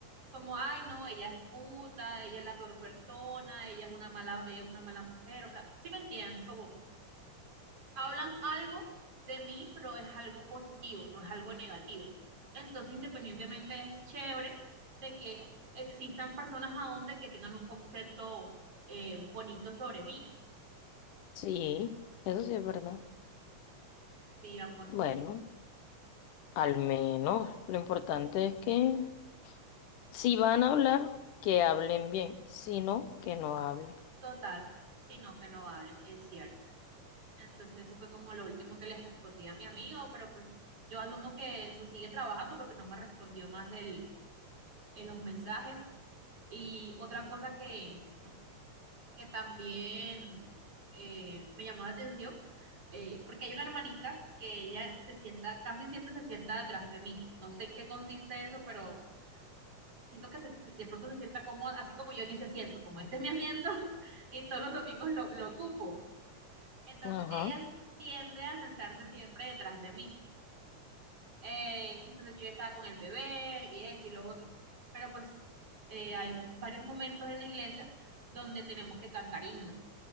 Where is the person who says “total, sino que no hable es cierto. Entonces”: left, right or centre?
Right